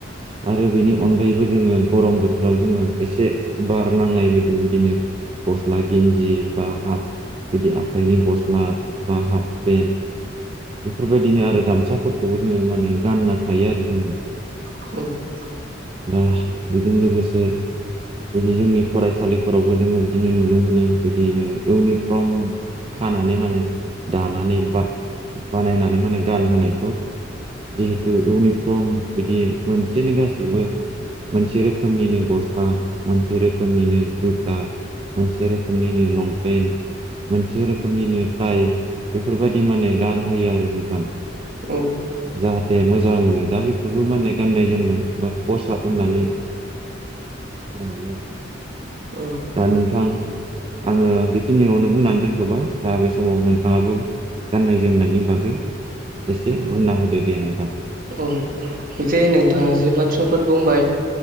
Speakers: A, on the right; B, on the right.
A: आरो बेनि अनगायैबो जोङो गरम बोथोराव जोङो एसे बार नांनाय बायदि बिदिनो गस्ला गेन्जि बा हाब बिदि आखाइनि गस्ला बा हाब पेन्ट बेफोरबायदिनो आरो गामसाफोरखौबो जोङो माने गानना थायो आरो जोङो।
B: <unintelligible>
A: दा बेजों लोगोसे बिदि जोंनि फरायसालिफोरावबो जोङो बिदिनो नुनो मोनो बिदिनो इउनिफर्म खानानै माने दानानै बा बानायनानै माने गानहोनायखौ जिहेतु इउनिफर्म बिदि मोनसेनो गासैबो मोनसे रोखोमनिनो गस्ला, मोनसे रोखोमनिनो जुथा मानसि रोखोमनिनो लंपेन्ट मोनसे रोखोमनिनो टाइ बेफोरबायदि माने गानहोयो आरो नोंथां।
B: औ।
A: जाहाथे मोजां नुयो। दा बेफोरबो माने गाननाय जोमनाय बा खसाब होननानै <unintelligible> हायो आरो।
B: औ।
A: दा नोंथां आङो बेखिनियावनो बुंनानै दोनथ'बाय। दा बे समाव नोंथाङाबो गाननाय जोमनायनि बागै एसे बुंना होदो दे नोंथां।
B: औ जे नोंथाङा जे बाथ्राफोर बुंबाय